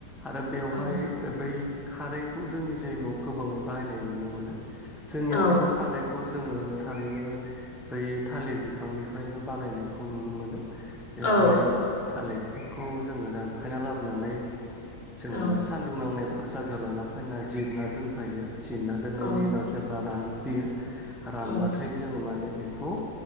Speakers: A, in the centre; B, on the left.
A: आरो बेवहाय
B: औ
A: बै खारैखौ जोंनि जायगायाव गोबाङै बाहायनाय नुनो मोनो जोंनियावथ
B: औ
A: खारैखौ जोङो थारैनो बै थालिर बिफांनिफ्रायनो बानायनायखौ नुनो मोनो बेवहाय
B: औ
A: थालिर बिफांखौ जोङो दानफायना लाबोनानै जोङो
B: औ
A: सान्दुं नांनायफोर जायगायाव लाना फैना जिरना दोनफायो जिरना दोननायनि
B: औ
A: उनाव जेब्ला रानफैयो रानबाथाय
B: औ
A: जोङो माने बेखौ